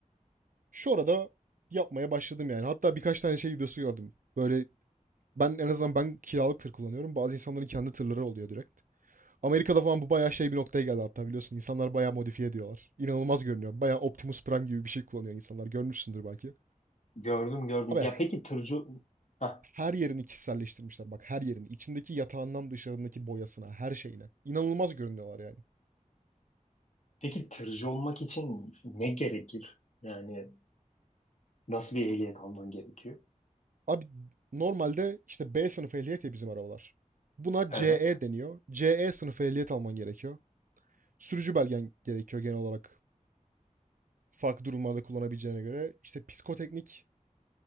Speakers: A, on the right; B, on the left.
A: Şu arada yapmaya başladım yani. Hatta birkaç tane şey videosu gördüm. Böyle ben en azından ben kiralık tır kullanıyorum. Bazı insanların kendi tırları oluyor direkt. Amerika'da falan bu bayağı şey bir noktaya geldi hatta biliyorsun. İnsanlar bayağı modifiye ediyorlar. İnanılmaz görünüyor. Bayağı Optimus Prime gibi bir şey kullanıyor insanlar. Görmüşsündür belki.
B: Gördüm gördüm.
A: Abi
B: Ya peki tırcı ha
A: her yerini kişiselleştirmişler. Bak her yerini. içindeki yatağından dışarındaki boyasına, her şeyine. İnanılmaz görünüyorlar yani.
B: peki tırcı olmak için ne gerekir? Yani nasıl bir ehliyet alman gerekiyor?
A: Abi normalde işte B sınıfı ehliyet ya bizim arabalar. Buna
B: Evet.
A: CE deniyor. CE sınıfı ehliyet alman gerekiyor. Sürücü belgen gerekiyor genel olarak. Farklı durumlarda kullanabileceğine göre. İşte psikoteknik,